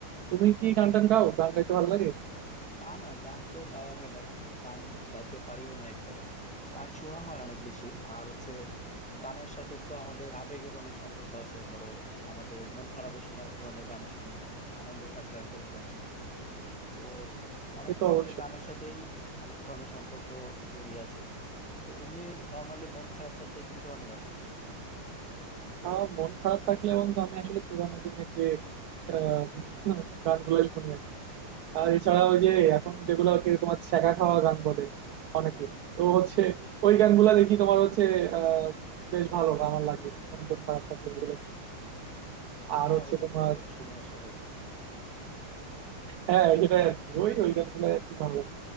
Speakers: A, on the right; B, in the centre.
A: তুমি কি গান টান গাও গান গাইতে ভালো লাগে
B: না না গান তো গাওয়া হয় না গান গাইতে পারিও না একবারে গান শোনা হয় অনেক বেশি আর হচ্ছে গানের সাথে তো আমাদের আবেগের অনেক সম্পর্ক আছে ধরো আমাদের মন খারাপের সময় এক ধরনের গান শুনি আনন্দ থাকলে এক ধরনের গান শুনি তো অনেক
A: সে তো
B: ধরনের
A: অবশ্যই
B: গানের সাথেই অনেক ধরনের সম্পর্ক জড়িয়ে আছে তো তুমি নর্মালি মন খারাপ থাকলে কি ধরনের গান শোনো
A: আর মন খারাপ থাকলে বন্ধু আমি আসলে পুরানো দিনের যে আহ গানগুলো শুনি আর কি। আর এছাড়া ওই যে এখন যেগুলো আর কি তোমার ছ্যাঁকা খাওয়া গান বলে অনেকে
B: হ্যাঁ
A: তো হচ্ছে ওই গানগুলা দেখি তোমার হচ্ছে আহ বেশ ভালো আমার লাগে মন টন খারাপ থাকলে ওগুলো আর
B: হ্যাঁ
A: হচ্ছে
B: ওইটা
A: তোমার
B: তো শুনে সবাই
A: হ্যাঁ সেটাই আর কি ওই ওই গানগুলো আর কি ভালো লাগে